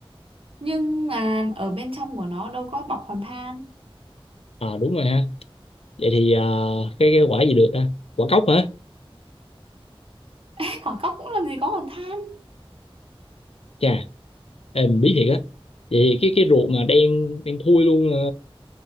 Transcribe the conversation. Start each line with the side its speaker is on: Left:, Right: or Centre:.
Right: nhưng mà ở bên trong của nó đâu có bọc hòn than
Left: à đúng rồi ha vậy thì ờ, cái cái quả gì được ta quả cốc hả
Right: Ê, quả cốc cũng làm gì có hòn than
Left: chà em biết thiệt á vậy thì cái cái ruột mà đen đen thui luôn ờ,